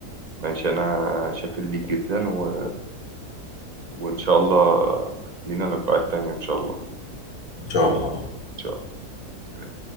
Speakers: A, on the right; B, on the left.
A: ماشي أنا شاكر ليك جدا و... وإن شاء الله لينا لقاءات تانية إن شاء الله إن
B: ان شاء الله
A: شاء الله سلام.